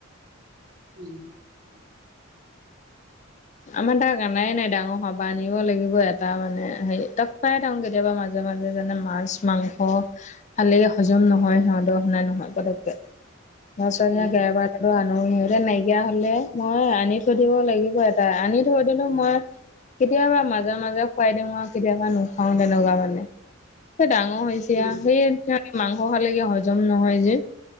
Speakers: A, on the right; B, on the left.
A: উম,
B: আমাৰ তাক অননাই নাই ডাঙৰ সবাহ আনিব লাগিব এটা মানে হেৰি তাক পাই থাকো কেতিয়াবা মাজে মাজে যেনে মাছ মাংস খালে হজম নহয় সিহতৰ স নাই নহয় পকে।
A: <inaudible>
B: মচ
A: উম,
B: গেবাৰ আনো সিহতে নাইকিয়া হলে মই আনি থৈধিব লাগিব। এটা আনি থৈ দিলো মই। কেতিয়াবা মাজে মাজে খুৱাই দিও আৰু কেতিয়াবা নুখাও তেনেকুৱা মানে। ডাঙৰ হৈছে
A: উম,
B: সেইে মাংস খালেকে হজম নহয় যে।